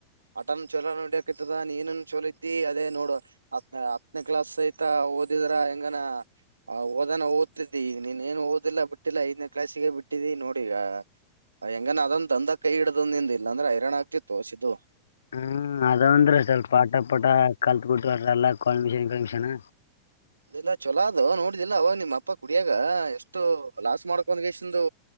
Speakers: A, on the right; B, on the left.
A: ಆಟನೂ ಚೊಲೋ ನೋಡಿಯಕ್ತದ ನೀನನ್ ಚಲೋ ಇದ್ದಿ ಅದೇ ನೋಡು- ಹತ್ತನೇ ಕ್ಲಾಸ್ ಐತಾ ಓದಿದ್ರ ಹೆಂಗನ- ಆವಾಗ ಓದಾನ ಓದುತಿದ್ದಿ ಈಗ ನೀನ್ ಏನು ಓದಿಲ್ಲ ಬಿಟ್ಟಿಲ್ಲಾ ಐದ್ನೇ ಕ್ಲಾಸಿಗೆ ಬಿಟ್ಟಿದ್ದಿ ನೋಡ ಈಗ. ಹೆಂಗಾನೊ ಅದ ಒಂದ ದ್ದಂಡಾ ಕೈ ಹಿಡದಿದ ನಿಂದ ಇಲ್ಲ ಅಂದ್ರ ಹೈರಾಣ್ ಆಗತ್ತಿತ್ತೋ ಸಿದ್ದು
B: ಹ್ಮ್ ಅದಂದ್ರ ಸ್ವಲ್ಪ ಪಾಟ ಪಾಟ ಕಲ್ತ್ ಕೊಟ್ಟಲ್ಲ ಕಾಲ್ಮಿಷನ್ ಕಮೀಷನ್.
A: ಇಲ್ಲ ಚೊಲೋ ಅದೋ ನೋಡ್ದಿಲ್ಲ ಅವಾಗ ನಿಮ್ಮ್ ಅಪ್ಪ ಕುಡಿಯಾಗ ಎಷ್ಟು ಲಾಸ್ ಮಾಡ್ಕೊಂದಸಿಕೆಂದು